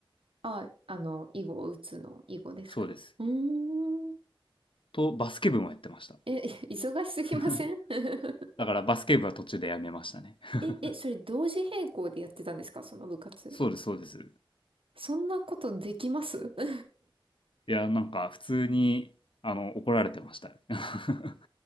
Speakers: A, on the right; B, on the left.
A: あ、あの、囲碁を打つの、囲碁ですかうーん。
B: そうです。と、バスケ部もやってました。
A: え、<laughs> 忙しすぎません
B: <laughs>
A: <laughs>
B: だからバスケ部は途中でやめましたね。<laughs>
A: え、え、それ同時並行でやってたんですかその部活。
B: そうです、そうです。
A: そんなことできます <laughs>
B: いや、なんか普通に、あの、怒られてました。<laughs>